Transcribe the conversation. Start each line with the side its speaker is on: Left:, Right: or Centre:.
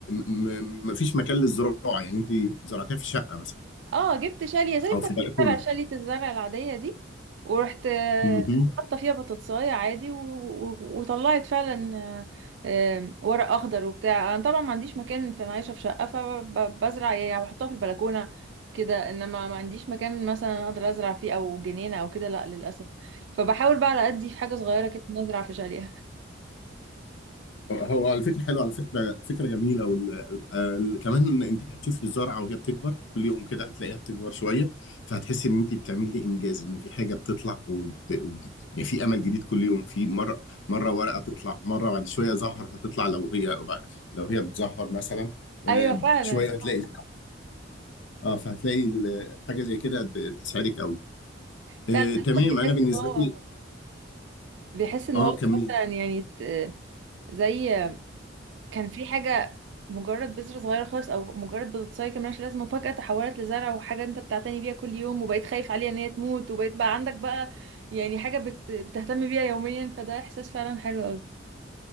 Left: ما فيش مكان للزراعه يعني انت زرعتها في شقه مثلا
Right: اه جبت شاليه زي
Left: او
Right: بتاعت
Left: في بلكونه
Right: الزرع شاليه الزرع العاديه دي ورحت آه،
Left: مهم.
Right: حاطه فيها بطاطسايه عادي و... و... وطلعت فعلا آه، آه، ورق اخضر وبتاع انا طبعا ما عنديش مكان في انا عايشه في شقه فبزرع يعني بحطها في البلكونه كده انما ما عنديش مكان مثلا اقدر ازرع فيه او جنينه او كده لا للاسف فبحاول بقى على قدي في حاجه صغيره كده إن ازرع في شاليه
Left: هو الفكرة حلوة على فكرة فكرة جميلة وال... آه كمان انت هتشوفي الزرعة وهي بتكبر كل يوم كده هتلاقيها بتكبر شوية فهتحسي ان انت بتعملي انجاز ان في حاجة بتطلع وبت... وب- يعني في امل جديد كل يوم في مرة مرة ورقة تطلع مرة بعد شوية زهر هتطلع لو هي لو هي بتزهر مثلا
Right: <laughs>
Left: آه
Right: ايوه فعلا
Left: شوية هتلاقي اه فهتلاقي ال- حاجة زي كده ت- تساعدك قوي
Right: فعلا
Left: آه تمام
Right: الواحد بيحس
Left: انا بالنسبة
Right: ان هو
Left: لي
Right: بيحس ان
Left: اه
Right: هو
Left: كملي
Right: مثلا يعني ت- زي كان في حاجة مجرد بذرة صغيرة خالص أو مجرد بتتصاي كمان مش لازمة وفجأة تحولت لزرع وحاجة أنت بتعتني بيها كل يوم وبقيت خايف عليها إن هي تموت وبقيت بقى عندك بقى يعني حاجة بت... بتهتم بيها يوميا فده إحساس فعلا حلو أوي